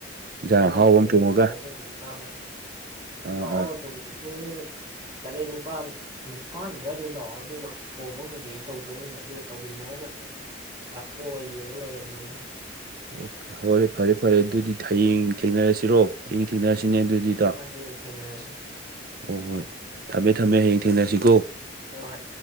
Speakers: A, on the right; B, on the right.
A: ꯏꯟꯖꯥꯡ
B: ꯑ
A: ꯑꯍꯥꯎꯕ
B: ꯍꯣꯏ ꯍꯌ‌ꯦꯡ
A: ꯑꯃ ꯊꯣꯡꯉꯒ
B: ꯌꯦꯡꯉꯁꯦ <unintelligible> ꯇ ꯍꯣꯏ
A: ꯑꯥ
B: ꯂꯥꯛꯑꯣ
A: ꯑꯥ
B: ꯑꯗꯨꯝ ꯄꯨꯡ
A: <unintelligible> <inaudible>
B: ꯇꯔꯦꯠ ꯅꯤꯄꯥꯜ ꯅꯤꯄꯥꯟ ꯑꯗꯨꯋꯥꯏꯗꯩ ꯂꯥꯛꯑꯣ ꯑꯗꯨꯒ ꯊꯣꯡꯕ ꯀꯩꯀꯩ ꯇꯧꯗꯣꯏꯅꯤꯅ ꯑꯗꯨꯒ ꯇꯧꯃꯤꯟꯅꯔꯒ ꯆꯥꯊ‌ꯣꯛꯑ ꯌꯦꯡꯉ ꯂꯣꯏꯔꯦ ꯕꯣꯜ ꯍ‌ꯦꯛ
A: ꯑꯣꯀꯦ ꯍꯔꯦ ꯐꯔꯦ ꯐꯔꯦ ꯑꯗꯨꯗꯤ ꯍꯌꯦꯡ ꯊꯦꯡꯅꯔꯁꯤꯔꯣ ꯍꯌꯦꯡ ꯊꯦꯡꯅꯔꯁꯤ ꯅꯤꯅꯦ ꯑꯗꯨꯗꯤ ꯏꯇꯥꯎ
B: ꯍꯣꯏ ꯍꯣꯏ ꯍꯌꯦꯡ ꯊꯦꯡꯅꯔꯁꯤ
A: ꯍꯣꯏ ꯍꯣꯏ ꯊꯝꯃꯦ ꯊꯝꯃꯦ ꯍꯌꯦꯡ ꯊꯦꯡꯅꯁꯤꯀꯣ
B: ꯑ ꯍꯣꯏ